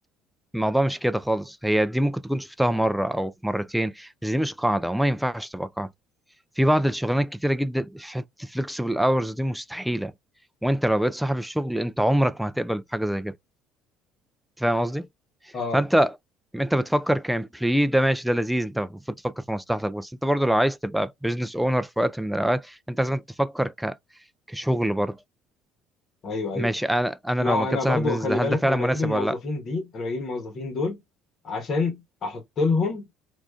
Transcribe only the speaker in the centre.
الموضوع مش كده خالص هي دي ممكن تكون شفتها مرة أو في مرتين بس دي مش قاعدة وما ينفعش تبقى قاعدة في بعض الشغلانات كتيرة جدا في حتة فليكسبل أورز دي مستحيلة وأنت لو بقيت صاحب الشغل أنت عمرك ما هتقبل بحاجة زي كده أنت فاهم قصدي؟
فأنت أنت بتفكر كامبلوي ده ماشي ده لذيذ أنت المفروض تفكر في مصلحتك بس أنت برضو لو عايز تبقى بزنس أونر في وقت من الأوقات أنت لازم تفكر ك... كشغل برضو
ماشي
أنا أنا
لو
ما كنت
صاحب
بزنس
ده
هل ده فعلا
مناسب
ولا لأ؟